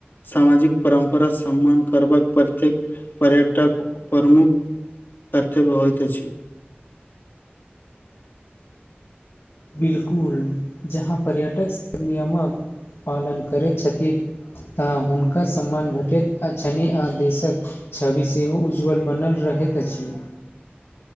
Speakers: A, on the left; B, on the left.
A: सामाजिक परम्परा समान करबाक प्रत्येक पर्यटक प्रमुख। कर्तव्य होइत अछि।
B: बिल्कुल जहाँ पर्यटक सभ नियमक पालन करैत छथि। तऽ हुनका समान भेटैत अछि न आ देशक। छवि सेहो उज्ज्वल बनल रहैत अछि।